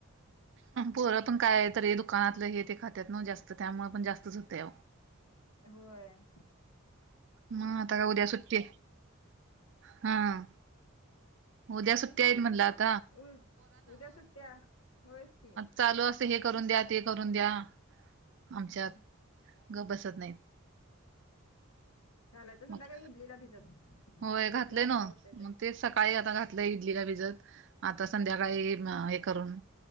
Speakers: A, on the right; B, on the left.
A: पोरं पण काय आहे तर हे दुकानातलं हे ते खातात न जास्त त्यामुळे पण जास्तच होते.
B: होय.
A: मग आता काय उद्या सुट्टी हा ह. उद्या सुट्ट्या
B: सुट्टी
A: आहेत.
B: कुठली उ उद्या सुट्ट्या होयच की
A: चालू असत हे करून द्या ते करून द्या
B: हम्म
A: आमच्यात गप्प बसत नाहीत.
B: घालायच संधा
A: मग
B: काही इडलीला भिजत
A: होय
B: काय
A: घातलंय
B: इडल्या आंबोळ्या
A: ना
B: होतात.
A: मग तेच सकाळी आता घातलं इडली का भिजत आता संध्याकाळी हे करून